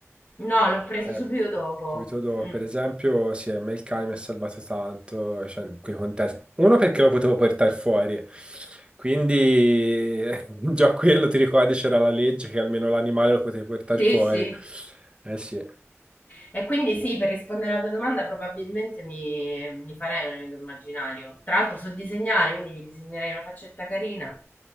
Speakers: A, on the left; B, on the right.
A: No, l'ho preso
B: Eh,
A: subito dopo.
B: subito dopo,
A: Mm.
B: per esempio, sì, a me il cane mi ha salvato tanto, cioè, in quei contesti. Uno perché lo potevo portare fuori, quindi <laughs> già quello, ti ricordi, c'era la legge che almeno l'animale lo potevi portare
A: Sì,
B: fuori.
A: sì.
B: Eh sì.
A: E quindi sì, per rispondere alla tua domanda probabilmente mi, mi farei un amico immaginario. Tra l'altro so disegnare, quindi gli disegnerei una faccetta carina